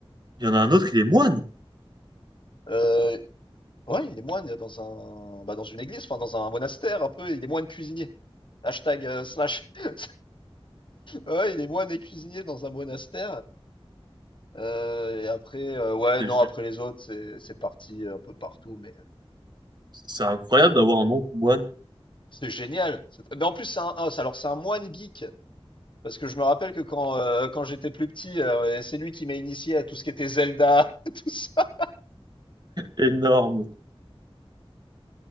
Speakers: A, on the right (about 45°); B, on the left (about 55°).
A: Il y en a un autre, il est moine.
B: Euh, ouais, il est moine euh, dans un, bah, dans une église, enfin dans un monastère un peu, il est moine cuisinier. Hashtag euh, slash. <laughs> Ouais, il est moine et cuisinier dans un monastère. Euh, et après, euh, ouais,
A: C'est
B: non,
A: c'est-
B: après les autres, c'est c'est parti un peu partout, mais euh,
A: c'est incroyable d'avoir un oncle moine
B: c'est génial. C'est- Mais en plus, c'est un, ah, c'est- alors c'est un moine geek. Parce que je me rappelle que quand, euh, quand j'étais plus petit, euh, c'est lui qui m'a initié à tout ce qui était Zelda, <laughs> tout ça.
A: énorme.